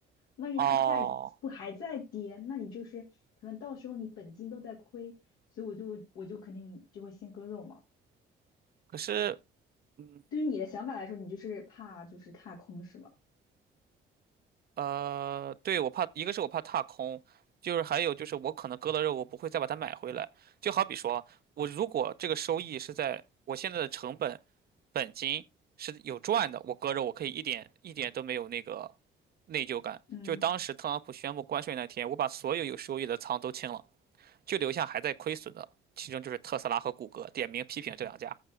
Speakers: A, on the left; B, on the right.
A: 万一它下一不还在跌，
B: 哦，
A: 那你就是可能到时候你本金都在亏，所以我就我就肯定就会先割肉嘛。
B: 可是，嗯，
A: 对于你的想法来说，你就是怕就是踏空是吗？
B: 呃，对，我怕，一个是我怕踏空，就是还有就是我可能割了肉，我不会再把它买回来。就好比说，我如果这个收益是在我现在的成本本金是有赚的，我割肉我可以一点一点都没有那个内疚感。
A: 嗯
B: 就是当时特朗普宣布关税那天，我把所有有收益的仓都清了。就留下还在亏损的，其中就是特斯拉和谷歌，点名批评这两家。